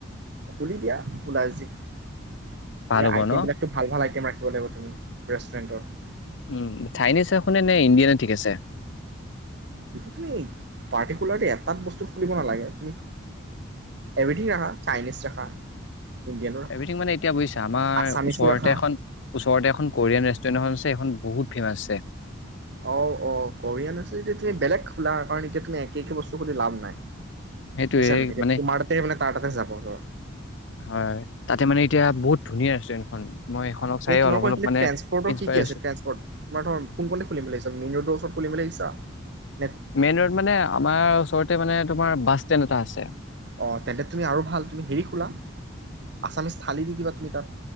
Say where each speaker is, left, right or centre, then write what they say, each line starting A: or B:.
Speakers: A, on the right; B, on the left.
A: খুলি দিয়া, খোলা যি এ
B: ভাল
A: আইটেম
B: হ'ব ন
A: বিলাকটো ভাল ভাল আই টেম ৰাখিব লাগিব তুমি ৰেষ্টুৰেণ্টত।
B: উ চাইনিজ ৰাখো নে নে ইণ্ডিয়ানে ঠিক আছে?
A: তুমি পাৰ্টিকুলাৰলি এটাত বস্তু খুলিব নালাগে, তুমি এভৰিথিঙ ৰাখা, চাইনিজ ৰাখা। ইণ্ডিয়ানো ৰাখা
B: এভৰিথিং মানে এতিয়া বুইছা, আমাৰ
A: আছামিছো
B: ওচৰতে
A: ৰাখা
B: এখন, ওচৰতে এখন কোৰিয়ান ৰেচ <unintelligible> এইখন বহুত ফেমাচ হৈছে।
A: অ অ কৰিয়ান আছে যদি তুমি বেলেগ খোলা, কাৰণ এতিয়া তুমি একে একে বস্তু খুলি লাভ নাই।
B: সেইটোয়ে
A: বুজিছা নাই এতিয়া
B: মানে,
A: তোমাৰ তাতে মানে তাৰ তাতে যাব ধৰ
B: হয় তাতে মানে এতিয়া বহুত ধুনীয়া ৰেষ্টুৰেণ্টখন। মই এইখনক চাই
A: এই তোমালোকৰ
B: অলপ অলপ
A: সেই খিনিত
B: মানে
A: ট্ৰেন্সপৈটৰ
B: ইনস্পাইৰেচন
A: কি কি আছে ট্ৰেন্সপৈট তোমাৰ ধৰা কোন খিনিত খুলিম বুলি <inaudible> মেইন ৰডৰ ওৰত খিবাগিছে ক'ত?
B: মেইন ৰ'ড মানে আমাৰ ওচৰতে মানে।। তোমাৰ বাছ ষ্টেণ্ড এটা আছে।
A: অ', তেন্তে তুমি আৰু ভাল, তুমি হেৰি খোলা আছামিজ থালি দি দিবা তুমি তাত।